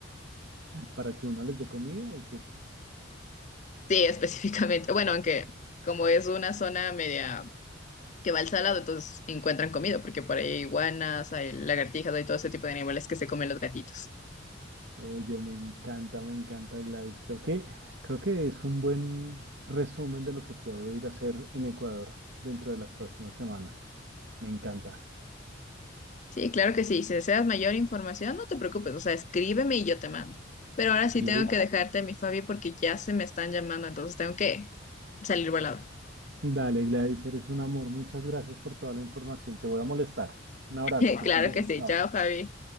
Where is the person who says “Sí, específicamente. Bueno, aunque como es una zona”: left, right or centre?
Left